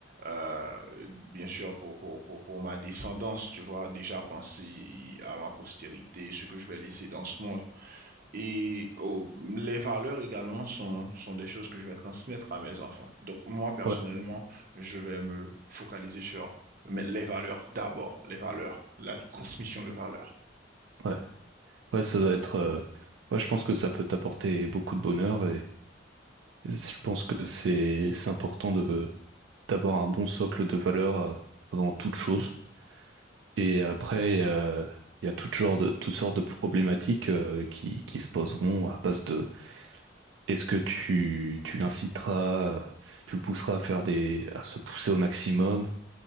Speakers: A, on the right; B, on the right.
A: euh, bien sûr pour, pour, pour, pour ma descendance, tu vois, déjà penser à ma postérité, ce que je vais laisser dans ce monde. Et oh, les valeurs également sont, sont des choses que je vais transmettre à mes enfants. Donc moi, personnellement,
B: Ouais,
A: je vais me focaliser sur mais les valeurs d'abord, les valeurs, la transmission de valeurs.
B: ouais. Ouais, ça doit être euh, ouais, je pense que ça peut t'apporter beaucoup de bonheur Je pense que c'est c'est important de d'avoir un bon socle de valeurs euh, avant toute chose. Et après, euh, il y a tout genre de toutes sortes de problématiques euh, qui qui se poseront à base de est-ce que tu tu l'inciteras, euh, tu le pousseras à faire des à se pousser au maximum.